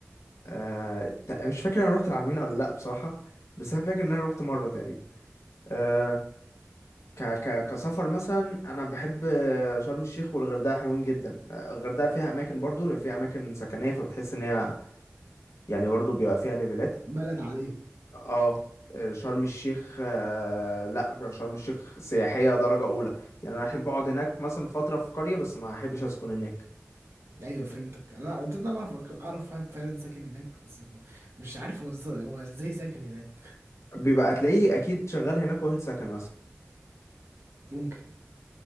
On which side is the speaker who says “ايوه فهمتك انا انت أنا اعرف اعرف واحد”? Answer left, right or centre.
Right